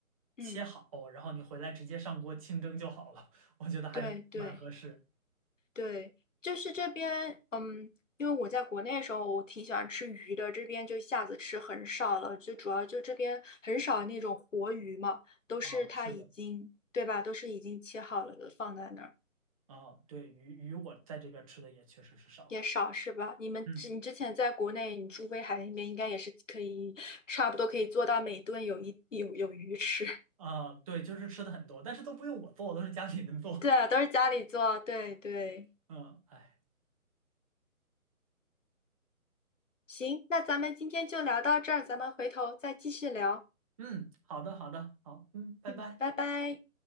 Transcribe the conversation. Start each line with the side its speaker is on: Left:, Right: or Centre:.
Left: 嗯，
Right: 切好，然后你回来直接上锅清蒸就好了，我觉得还蛮合适
Left: 对对。对，就是这边，嗯，因为我在国内的时候，我挺喜欢吃鱼的，这边就一下子吃很少了，就主要就这边很少那种活鱼嘛，都是它已经，
Right: 啊。是的。
Left: 对吧？都是已经切好了的，放在那儿
Right: 啊，对，鱼鱼我在这边吃的也确实是少，
Left: 也少是吧？你们之你之前在国内，
Right: 嗯，
Left: 你住威海那边应该也是可以，差不多可以做到每顿有一有有鱼吃。<laughs>
Right: 啊，对，就是吃的很多，但是都不用我做，都是家里人做，
Left: 对啊，都是家里做，对对。
Right: 嗯，哎，
Left: 行，那咱们今天就聊到这儿，咱们回头再继续聊。
Right: 嗯，好的，好的，好，嗯，拜拜。
Left: 嗯，拜拜。